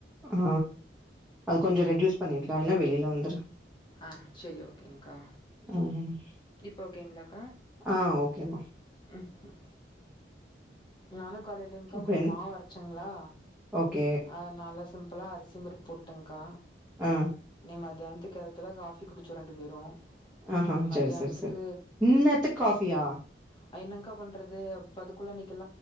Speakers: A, in the centre; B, on the left.
A: ஆ அத கொஞ்சொ ரெட்யூஸ் பண்ணிரு டா இல்னா வெளி ல வந்துர்றா
B: ஆ சேரி ஓகேங்க்கா
A: ம்
B: இப்போ ஓகேங்களாக்
A: ஆ ஓகேமா
B: ம் ம் நானுக் காலைலேங்க்கா
A: அப்றோ
B: கொஞ்சொ
A: என்ன
B: மாவு அரச்சங்களா
A: ஓகே
B: அதனால சிம்ப் இப்போலா அரிசிம்பருப் போட்டங்க்கா
A: ஆ
B: நீ மதியாண் பத்துக்கு இப்பதா காஃபி குடிச்சோ ரெண்டு பேரு
A: ஆஹ்ஹ
B: இனி
A: செரி
B: மத்தியானத்துக்கு
A: செரி செரி இன்னேத்துக் காபியா
B: அ என்னங்கா பண்றது பதுகுள்ள நீ